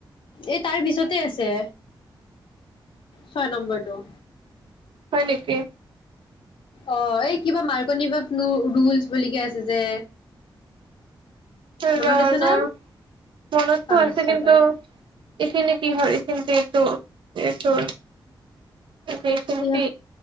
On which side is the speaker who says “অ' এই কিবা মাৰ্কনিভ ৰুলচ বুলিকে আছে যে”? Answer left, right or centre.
Left